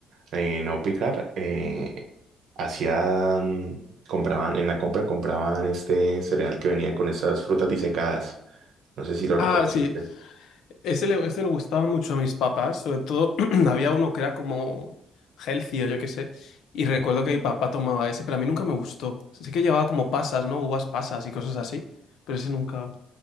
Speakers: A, on the right; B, on the left.
A: eh, no picar, eh, hacían, compraban, en la compra compraban este cereal que venía con esas frutas disecadas. No sé si lo reconociste.
B: Ah, sí, ese le, ese le gustaba mucho a mis papás. Sobre todo <clears throat> había uno que era como healthy o yo qué sé. Y recuerdo que mi papá tomaba ese, pero a mí nunca me gustó. Sí que llevaba como pasas, ¿no? Uvas pasas y cosas así. Pero ese nunca...